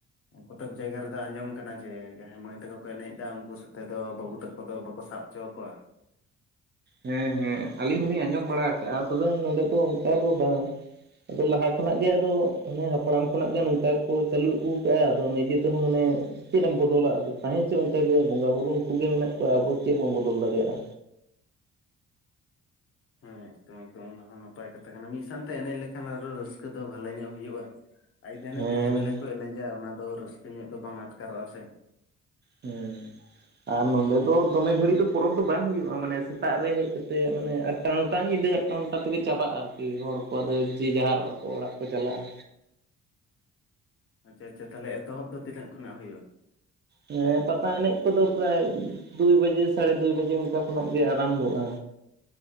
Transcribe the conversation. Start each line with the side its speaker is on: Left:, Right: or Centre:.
Left: ᱠᱚᱛᱮᱠ ᱡᱟᱭᱜᱟ ᱨᱮᱫᱚ ᱟᱸᱡᱚᱢ ᱠᱟᱱᱟ ᱡᱮ ᱡᱟᱦᱟᱸᱭ ᱢᱟᱹᱭ ᱛᱟᱠᱚ ᱮᱱᱮᱡ ᱮᱫᱟ ᱩᱱᱠᱩ ᱥᱟᱛᱮ ᱫᱚ ᱵᱟᱹᱵᱩ ᱛᱠᱚ ᱫᱚ ᱵᱟᱠᱚ ᱥᱟᱵ ᱪᱚᱶ ᱠᱚᱣᱟ
Right: ᱦᱮᱸ ᱦᱮᱸ ᱟᱞᱤᱧ ᱦᱚᱞᱤᱧ ᱟᱸᱡᱚᱢ ᱵᱟᱲᱟ ᱟᱠᱟᱜᱼᱟ ᱛᱚᱵᱮ ᱱᱚᱰᱮ ᱫᱚ ᱚᱱᱠᱟ ᱫᱚ ᱵᱟᱝ ᱟᱫᱚ ᱞᱟᱦᱟ ᱠᱷᱚᱱᱟᱜ ᱜᱮ ᱟᱫᱚ ᱟᱱᱮ ᱦᱟᱯᱲᱟᱢ ᱠᱷᱚᱱᱟᱜ ᱜᱮ ᱱᱚᱝᱠᱟ ᱜᱮ ᱠᱚ ᱪᱟᱹᱞᱩ ᱟᱹᱜᱩ ᱟᱠᱟᱟᱜᱼᱟ ᱟᱫᱚ ᱱᱤᱡᱮ ᱛᱮᱦᱚᱸ ᱢᱟᱱᱮᱼᱼ ᱪᱮᱫ ᱮᱢ ᱵᱚᱫᱚᱞᱟ ᱟᱫᱚ ᱛᱟᱦᱮᱸ ᱪᱚ ᱚᱱᱠᱟᱜᱮ ᱵᱚᱸᱜᱟ ᱵᱩᱨᱩ ᱩᱱᱠᱩᱜᱮ ᱢᱮᱱᱟᱜ ᱠᱚᱣᱟ ᱟᱵᱚ ᱪᱮᱫ ᱵᱚᱱ ᱵᱚᱫᱚᱞ ᱫᱟᱲᱮᱭᱟᱜᱼᱟ᱾
Left: ᱦᱮᱸ ᱮᱠᱫᱚᱢ ᱮᱠᱫᱚᱢ ᱚᱱᱟᱦᱚ ᱱᱟᱯᱟᱭ ᱠᱟᱛᱷᱟ ᱠᱟᱱᱟ ᱢᱤᱫ ᱥᱟᱶᱛᱮ ᱮᱱᱮᱡ ᱞᱮᱠᱷᱟᱱ ᱟᱨᱚ ᱨᱟᱹᱥᱠᱟᱹ ᱫᱚ ᱵᱷᱟᱞᱮ ᱧᱚᱜ ᱦᱩᱭᱩᱜᱼᱟ᱾ ᱟᱡᱫᱟᱱᱮ
Right: ᱦᱮᱸ
Left: ᱵᱷᱤᱱᱟᱹ ᱵᱷᱤᱱᱟᱹ ᱠᱚ ᱮᱱᱮᱡᱟ ᱚᱱᱟ ᱫᱚ ᱨᱟᱹᱥᱠᱟᱹ ᱧᱚᱜ ᱫᱚ ᱵᱟᱝ ᱟᱴᱠᱟᱨᱚᱜᱼᱟ ᱥᱮ
Right: ᱦᱮᱸ ᱟᱨ ᱱᱚᱰᱮ ᱫᱚ ᱫᱚᱢᱮ ᱜᱷᱟᱹᱲᱤᱡ ᱫᱚ ᱯᱚᱨᱚᱵᱽ ᱫᱚ ᱵᱟᱝ ᱦᱩᱭᱩᱜᱼᱟ ᱢᱟᱱᱮ ᱥᱮᱛᱟᱜ ᱨᱮ ᱦᱮᱡ ᱠᱟᱛᱮ ᱢᱟᱱᱮ ᱟ ᱟᱴ ᱱᱚᱴᱟ ᱧᱤᱫᱟᱹ ᱟᱴ ᱱᱚᱴᱟ ᱛᱮᱜᱮ ᱪᱟᱵᱟᱜᱼᱟ ᱟᱨᱠᱤ ᱦᱚᱲ ᱟᱫᱚ ᱡᱮ ᱡᱟᱦᱟᱨᱚᱜᱼᱟ ᱚᱲᱟᱜ ᱠᱚ ᱪᱟᱞᱟᱜᱼᱟ᱾
Left: ᱟᱪᱪᱷᱟ ᱟᱪᱷᱟ ᱛᱟᱦᱚᱞ ᱮᱚᱦᱚᱵ ᱫᱚ ᱛᱤᱱᱟᱹ ᱠᱷᱚᱱᱟᱜ ᱦᱩᱭᱩᱜᱼᱟ,
Right: ᱦᱮᱸ ᱯᱟᱛᱟ ᱮᱱᱮᱡ ᱠᱚᱫᱚ ᱯᱨᱟᱭ ᱫᱩᱭ ᱵᱟᱡᱮ ᱥᱟᱨᱮ ᱫᱩᱭ ᱵᱟᱡᱮ ᱚᱱᱠᱟ ᱠᱷᱚᱱᱟᱜ ᱜᱮ ᱟᱨᱟᱢᱵᱷᱚᱜᱼᱟ,